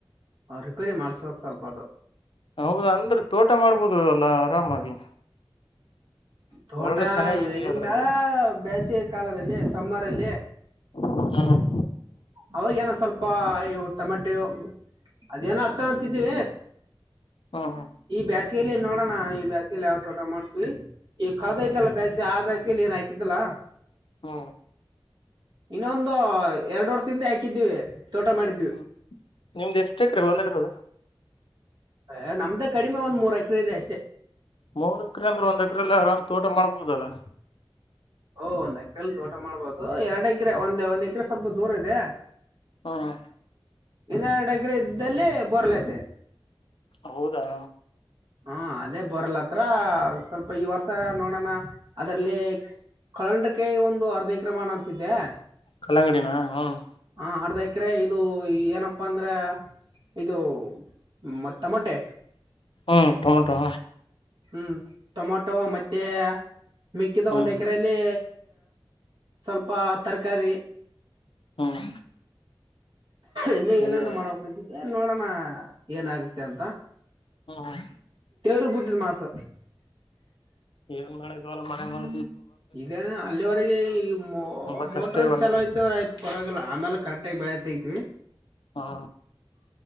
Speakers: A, on the right; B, on the left.
A: ್ ರಿಪೇರಿ ಮಾಡಸಬೇಕ್ ಸ್ವಲ್ಪ ಅದು
B: ಹೌದಾ ಅಂದ್ರೆ ತೋಟ ಮಾಡ್ಬೋದಲ್ಲ ಆರಾಮಾಗಿ
A: ತೋಟ
B: ಒಳ್ಳೆ ಚೆನ್ನಾಗ
A: ಇವಗನ್
B: ಅದ ಅದ್ರಲ್ಲಿ
A: ಬೆಲಸೆತ್ ನಮ್ ಕಾಲದಲ್ಲಿ ಸಮ್ಮರಲ್ಲ
B: ಹ್ಮ್
A: ಅವಾಗೇನೋ ಸ್ವಲ್ಪ ಉುಪ್ಪ ಇವುಟಮಟೆ ಅದೇನೋ ಹಚ್ಚ ಅಂತಿದೀ.
B: ಹಾಂ ಹಾಂ
A: ಈ ಬ್ಯಾಸ್ಗೆಲ್ಲಿ ನೋಡೋಣ ಈ ಬ್ಯಾಚ್ ಇಲ್ಲಿ ಯಾವ ತೋಟ ಮಾಡ್ತೀವಿ ಈಗ ಕಳೆದೋಯ್ತಲ್ಲ ಬೇಸ್ಸಗಿ ಆ ಬೇಾಸಿಗೆಲ್ಲಿ ಏನ್ ಹಾಕಿದ್ದಲ್ಲಾ
B: <unintelligible> ಹ್ಞೂ
A: ಇನ್ನೊಂದು ಎರಡು ವರ್ಷ ಹಿಂದೆ ಹಾಕಿದ್ವಿ ತೋಟ ಮಾಡಿದ್ವಿ
B: ಹ್ಮ್ ನಿಮ್ದ್ ಎಷ್ಟ ಎಕ್ರೆ ಹೊಲ ಇರೋದು
A: ಅ ನಮ್ದ ಕಡಿಮೆ ಒಂದ್ ಮೂರ್ ಎಕರೆ ಇದೆ ಅಷ್ಟೇ.
B: ಮೂರ್ ಎಕರೆ ಅಂದ್ರೆ ಒಂದ್ ಎಕರೆಲ್ಲಿ ಆರಾಮ್ ತೋಟ ಮಾಡಬಹುದಲ್ಲಾ.
A: ಓಹ ಒಂದ್ ಎಕರೆೆಯಲ್ಲಿ ತೋಟ ಮಾಡ್ಬೋದು ಎರಡ್ ಎಕರೆ ಒಂದ್ ಒಂದ್ ಎಕರೆ ಸ್ವಲ್ಪ ದೂರ ಇದೆ.
B: ಹುಂ ಹುಂ
A: ಇನ್ನೆರಡು ಎಕರೆ ಇದ್ದಲ್ಲಿ ಬೊರ್ಲೈತೆ
B: ಹೌದಾ
A: ಹಾ ಅದೇ ಬೋರ್ಲತ್ರ ಸ್ವಲ್ಪ ಈ ವರ್ಷ ನೋಡೋಣ ಅದ್ರಲ್ಲಿ ಕಂಡಕ್ಕೆ ಒಂದು ಅರ್ಧ <unintelligible>
B: ಕಲ್ಲಂಗಡಿನ ಹ್ಮ್
A: ಅರ್ಧ ಎಕರೆ ಇದು ಏನಪ್ಪ ಏನಪ್ಪಾ ಅಂದ್ರೆ ಇದು ಮತ್ ತಮೋಟೆ
B: ಹ್ಮ್ ಟೊಮಟೊ
A: ಹ್ಮ್ ಟೊಮಾಟೊ ಮತ್ತೆ ಮಿಕ್ಕಿದ
B: ಹ್ಮ್
A: ಒಂದು ಎಕರೆಯಲ್ಲಿ ಸ್ವಲ್ಪ ತರಕಾರಿ
B: ಹ್ಮ್
A: ಇನ್ನೂ
B: ಹೌದಾ
A: ಏನೇನು ಮಾಡಕ್ಂತಿದ್ದೆ ನೋಡೋಣ ಏನಾಗುತ್ತೆ ಅಂತ
B: <unintelligible>
A: ಎರೆಡು ಬಿಟ್ಟಿದ್ ಮಾತು
B: ಏನ್ ಮ ಮಾಡೆಗಲ್ಲ ಮಳೆ ಮಾಡ
A: ಇದೇನ ಅಲ್ಲಿವರೆಗೆ ಮ
B: ತುಂಬಾ
A: ಮೋಟ್ರನ್
B: ಕಷ್ಟ ಇವಾಗ
A: ಚಲೋ ಆಯ್ತದ್ರ ಆಯ್ತು ಪರವಾಗಿಲ್ಲ ಆಮೇಲೆ ಕರೆಕ್ಟಾಗಿ ಬೆಳೆತಾತಿವಿ
B: ಹಾ